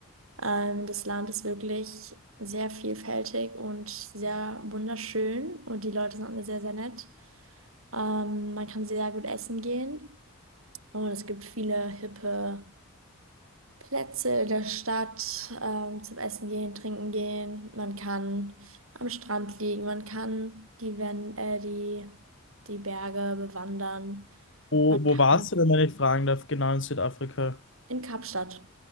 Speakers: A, on the right; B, on the left.
A: Ähm, das Land ist wirklich sehr vielfältig und sehr wunderschön und die Leute sind alle sehr, sehr nett. Ähm, man kann sehr gut essen gehen. Oh, Und es gibt viele hippe Plätze in der Stadt, ähm, zum Essen gehen, trinken gehen. Man kann am Strand liegen, man kann die, Wen- äh, die, die Berge bewandern,
B: Wo,
A: man
B: wo warst
A: kann
B: du denn, wenn ich fragen darf? Genau in Südafrika.
A: in Kapstadt,